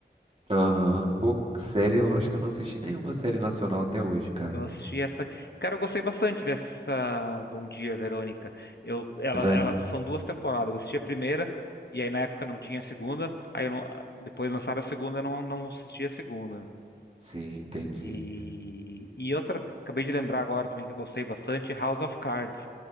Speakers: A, on the right (about 35°); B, on the left (about 65°).
A: Aham. Pô, série, eu acho que eu não assisti nenhuma série nacional até hoje, cara.
B: Eu assisti essa. Cara, eu gostei bastante dessa Bom Dia, Verônica. Eu, ela,
A: É.
B: elas são duas temporadas. Eu assisti a primeira, e aí na época não tinha a segunda. Aí eu não, depois lançaram a segunda, eu não, não assisti a segunda.
A: Sim, entendi.
B: E, e outra, acabei de lembrar agora também que eu gostei bastante, House of Cards.